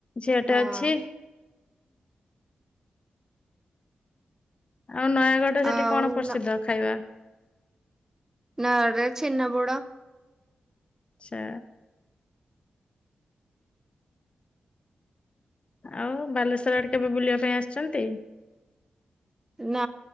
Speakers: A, on the left; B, on the right.
A: ଝିଅଟେ
B: ହଁ
A: ଅଛି। ଆଉ ନୟାଗଡରେ ସେଠି
B: ଆଉ
A: କଣ ପ୍ରସିଦ୍ଧ ଖାଇବା?
B: ନୟାଗଡ଼ ରେ ଛେନାପୋଡ଼।
A: ଛା ଆଉ ବାଲେଶ୍ଵର ଆଡ଼େ କେବେ ବୁଲିବା ପାଇଁ ଆସିଛନ୍ତି।
B: ନା